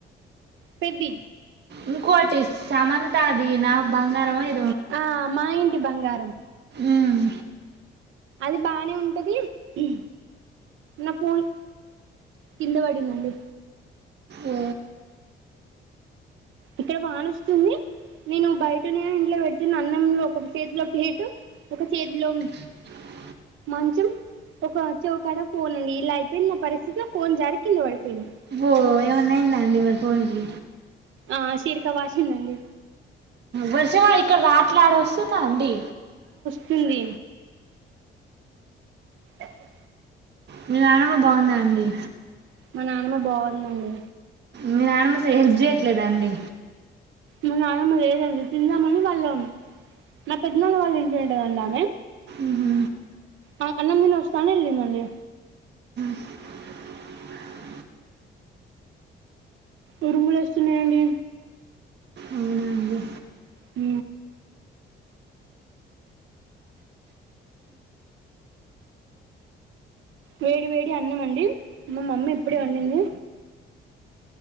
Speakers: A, on the right; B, on the right.
A: పెద్ది
B: ఇంకోటి సమంత ది నా బంగారం ఏ
A: ఆ మా ఇంటి బంగారం
B: ఉమ్,
A: అది బానే ఉంటది ఉ నా ఫోన్ కింద పడింది ఉండు
B: ఓ
A: ఇక్కడ వాన వస్తుంది నేను బయటనే ఇంట్లో పెడుతున్న అన్నంలో ఒక చేతిలో ప్లేటు ఒక చేతిలో
B: <inaudible>
A: మంచం ఒక చెవి కాడ ఫోన్ ఉంది ఇలా అయిపోయింది నా పరిస్థితి ఫోన్ జారికింద పడిపోయింది
B: ఓ ఏమన్నా అయిందా అండి మరి ఫోన్ కి
A: ఆ శీరికా వాశింది అండి
B: వర్షమా ఇక్కడ రావట్లే ఆడ వస్తుంద అండి
A: తుంది ఆఓహా
B: మీ నానమ్మ బాగుందా అండి
A: మా నానమ్మ బాగుంది అండి
B: మీ నానమ్మ సేప్ చేయట్లేద అండి
A: నానమ్మ లేదండి తిందామ అని వాళ్ళం నా పెద్దనాన్న వాళ్ళంటికి పోయింటది అండి ఆమె
B: మ్హూ.
A: ఆ అన్నం తినివస్తానని వెళ్ళింది అండి
B: <inaudible>
A: ఉరుములు వస్తున్నాయి అండీ
B: అవునా అండి
A: ఊ వేడి వేడి అన్నం అండి మా మమ్మీ ఇప్పుడే వండింది